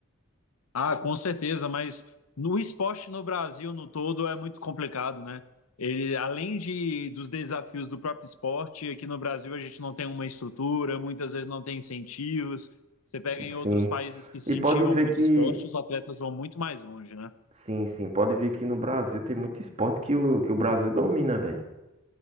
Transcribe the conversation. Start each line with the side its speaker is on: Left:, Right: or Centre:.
Left: Ah, com certeza, mas no esporte no Brasil no todo é muito complicado, né? Ele, além de, dos desafios do próprio esporte, aqui no Brasil a gente não tem uma estrutura, muitas vezes não tem incentivos. Você pega em
Right: Sim.
Left: outros países que incentivam
Right: E pode ver
Left: muito
Right: que.
Left: o esporte, os atletas vão muito mais longe, né?
Right: Sim, sim, pode ver que no Brasil tem muito esporte que o, que o Brasil domina, velho.